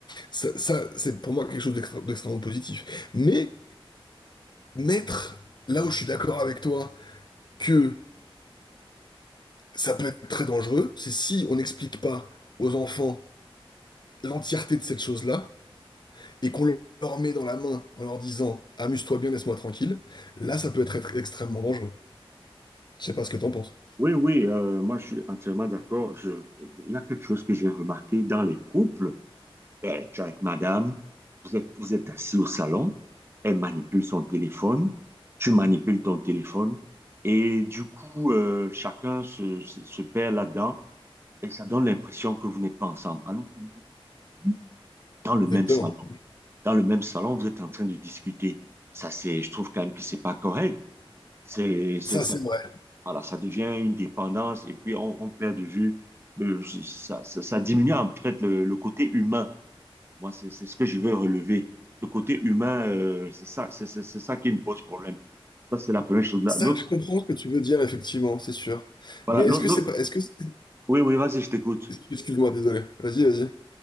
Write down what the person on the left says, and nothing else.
Ça, ça, c'est pour moi quelque chose d'extra- d'extrêmement positif. Mais mettre, là où je suis d'accord avec toi, que ça peut être très dangereux, c'est si on n'explique pas aux enfants l'entièreté de cette chose-là et qu'on leur met dans la main en leur disant amuse-toi bien, laisse-moi tranquille. Là, ça peut être, être extrêmement dangereux. Je sais pas ce que t'en penses.
Exactement.
Ça,
c'est vrai.
Ça,
je comprends ce que tu veux dire, effectivement, c'est sûr.
Mais est-ce
que
c'est pas. Est-ce que. c'est-
Excuse-moi, désolé. Vas-y, vas-y.